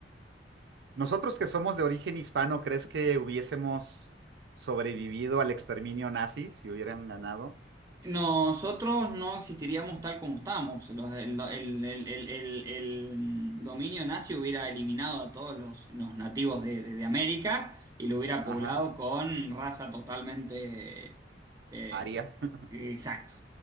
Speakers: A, on the right; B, on the right.
A: Nosotros que somos de origen hispano, ¿crees que hubiésemos sobrevivido al exterminio nazi si hubieran ganado?
B: Nosotros no existiríamos tal como estamos. Los- el, el- el- el- el- el dominio nazi hubiera eliminado a todos los, los nativos de, de- de América y lo hubiera poblado
A: Ajá.
B: con raza totalmente... eh,
A: aria, <laughs>
B: exacto.